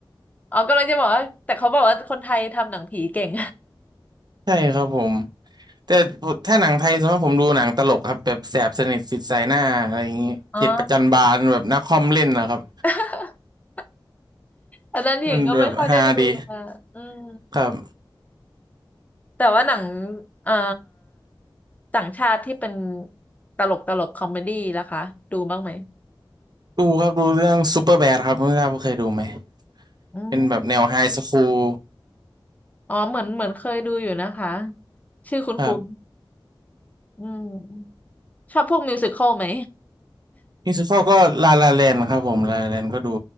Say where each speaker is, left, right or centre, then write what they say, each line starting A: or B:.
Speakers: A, on the left; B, on the right.
A: อ๋อกำลังจะบอกว่าแต่เขาบอกว่าคนไทยทำหนังผีเก่ง
B: ใช่ครับผมแต่ถ้าหนังไทยส่วนมากผมดูหนังตลกครับแบบแสบสนิทสิทธิ์สายหน้าอะไรอย่างงี้เจ็ดประจันบานแบบนักคอมเล่นนะครับ
A: อ๋อ <laughs> อันนั้นหญิงก็ไม่ค่อยได้ดูค่ะอืม
B: มันแบบฮาดีครับ
A: แต่ว่าหนังเอ่อต่างชาติที่เป็นตลกตลกคอมเมดี้ล่ะคะดูบ้างไหม
B: ดูครับดูเรื่องซูเปอร์แบดครับไม่ทราบว่าเคยดูไหม
A: อืม
B: เป็นแบบแนวไฮสคูล
A: อ๋อเหมือนเหมือนเคยดูอยู่นะคะชื่อคุณคุณ
B: ครับ
A: อืมชอบพวกมิวสิคอลไหม
B: มิวสิคก็ลาลาแลนครับผมลาลาแลนก็ดู